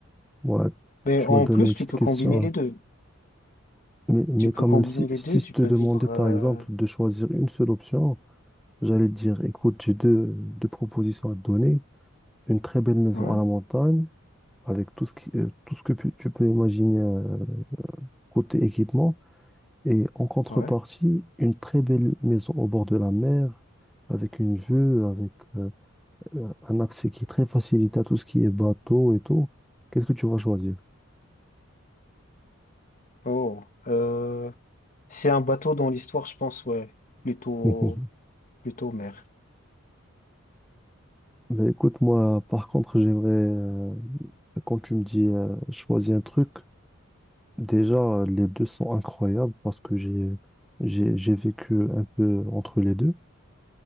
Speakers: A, in the centre; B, on the left.
A: Ouais,
B: Mais
A: tu
B: en
A: m'as donné
B: plus,
A: une petite
B: tu peux
A: question.
B: combiner les
A: hein.
B: deux.
A: Mais, mais
B: Tu
A: quand
B: peux combiner
A: même, si,
B: les
A: si
B: deux,
A: je
B: tu
A: te
B: peux
A: demandais
B: vivre...
A: par
B: euh,
A: exemple de choisir une seule option, j'allais te dire, écoute, j'ai deux, deux propositions à te donner. Une très belle maison
B: Ouais,
A: à la montagne, avec tout ce qui, euh, tout ce que pu- tu peux imaginer euh, côté équipement. Et en contrepartie,
B: ouais.
A: une très belle maison au bord de la mer, avec une vue, avec euh, euh, un accès qui est très facilité à tout ce qui est bateau et tout. Qu'est-ce que tu vas choisir?
B: Oh, euh, c'est un bateau dans l'histoire, je pense, ouais. Plutôt,
A: <laughs>
B: plutôt mer.
A: Mais écoute, moi, par contre, j'aimerais, euh, quand tu me dis euh, choisis un truc, déjà, euh, les deux sont incroyables parce que j'ai, j'ai, j'ai vécu un peu entre les deux.